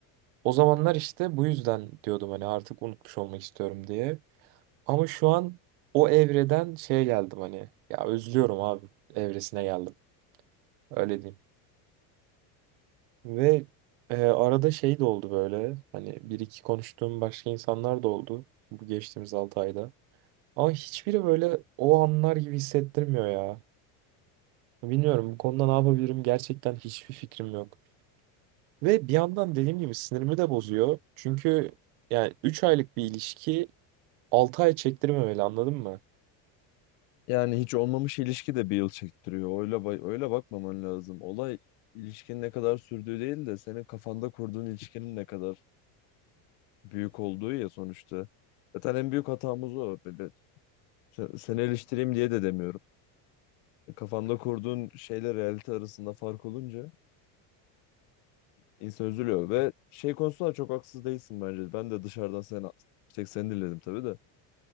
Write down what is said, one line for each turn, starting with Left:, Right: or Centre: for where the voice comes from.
Right: O zamanlar işte bu yüzden diyordum hani artık unutmuş olmak istiyorum diye. Ama şu an o evreden şeye geldim hani ya özlüyorum abi evresine geldim öyle diyeyim. Ve e, arada şey de oldu böyle hani bir iki konuştuğum başka insanlar da oldu bu geçtiğimiz 6 ayda. Ama hiçbiri böyle o anlar gibi hissettirmiyor ya. Bilmiyorum bu konuda ne yapabilirim gerçekten hiçbir fikrim yok. Ve bir yandan dediğim gibi sinirimi de bozuyor. Çünkü yani 3 aylık bir ilişki 6 ay çektirmemeli anladın mı?
Left: Yani hiç olmamış ilişki de bir yıl çektiriyor. Öyle, ba- öyle bakmaman lazım. Olay ilişkinin ne kadar sürdüğü değil de senin kafanda kurduğun ilişkinin ne kadar büyük olduğu ya sonuçta. Zaten en büyük hatamız o. Böyle se- Seni eleştireyim diye de demiyorum. Kafanda kurduğun şeyle realite arasında fark olunca insan üzülüyor ve şey konusunda da çok haksız değilsin bence. Ben de dışarıdan sen tek seni dinledim tabii de.